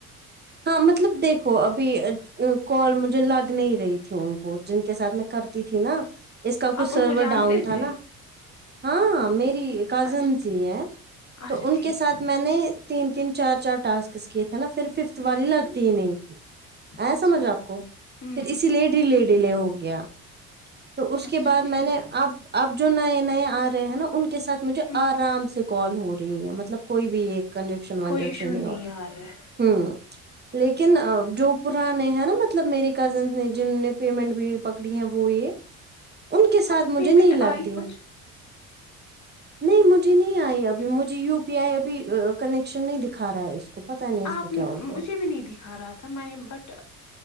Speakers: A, on the right; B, on the left.
A: ہاں مطلب دیکھو ابھی کال مجھے لگ نہیں رہی تھی ان کو جن کے ساتھ میں کرتی تھی نا اس کا کچھ
B: آپ
A: سرور
B: ان کو جانتے
A: ڈاؤن تھا
B: تھے
A: نا ہاں میری کزنس
B: اچھا
A: ہی ہیں تو
B: اچھا
A: ان
B: ٹھیک
A: کے ساتھ میں نے تین تین چار چار ٹاسکس کی تھے نا پھر ففتھ والی لگتی ہی نہیں تھی ای
B: اچھا
A: سمجھ آپ کو
B: ہوں
A: پھر اسی لیے ڈی لیے ڈی لے ہو گیا تو اس کے
B: اچھا
A: بعد
B: ٹھیک
A: میں نے اب اب جو نئے نئے آ رہے ہیں نا ان کے ساتھ مجھے
B: ہ
A: آرام سے کال ہو رہی ہے مطلب کوئی بھی ایک کنج وجشن
B: کوئی ایشو
A: نہیں ہوتا
B: یار ہ
A: ہ لیکن جو پرانے ہیں نا مطلب میری کزنس نے جن نے پیمنٹ بھی پکڑی ہے وہ یہ ان کے ساتھ
B: آپ کو
A: مجھے
B: پیمنٹ
A: نہیں لگ
B: آئی
A: دیا
B: کچھ
A: نہیں مجھے نہیں آئی ابھی مجھے یو پی آئی ابھی کن ن نہیں دکھا رہا ہے اس کو پتا نہیں اس
B: آپ
A: کو کیا ہو گیا
B: مجھے بھی نہیں دکھا رہا تھا میں نے بٹ